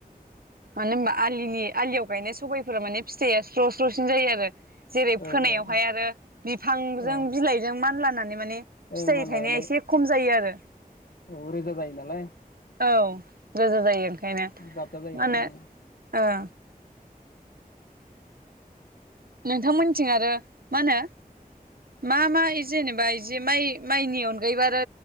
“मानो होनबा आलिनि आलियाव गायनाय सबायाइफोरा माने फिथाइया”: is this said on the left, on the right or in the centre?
Right